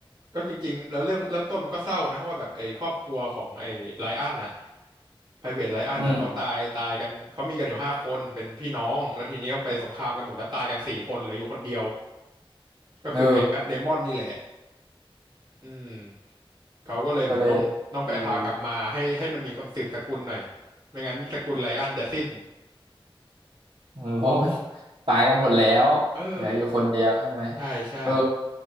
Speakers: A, on the right (about 50°); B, on the right (about 75°).
A: ก็จริงๆแล้วเรื่องเริ่มต้นมันก็เศร้านะว่าแบบไอ้ครอบครัวของไอ้ไลอ้อนน่ะไพรเวทไลอ้อนน่ะเขาตายตายกันเขามีกันอยู่ห้าคนเป็นพี่น้องแล้วทีนี้เขาไปสงครามกันหมดแล้วตายกันสี่คนเหลืออยู่คนเดียว
B: อืม
A: ก็คือไอ้แมทเดมอนนี่แหละ
B: เออ
A: อืมเขาก็เลยเหมือนต้องต้องไปหากลับมาให้ให้มันมีคนสืบสกุลหน่อย
B: ก็เลยเลย
A: ไม่งั้นสกุลไลอันจะสิ้น
B: อืมเพราะมัน <laughs> ตายกันหมดแล้วเหลืออยู่คนเดียวใช่ไหม
A: เออใช่ใช่
B: เออ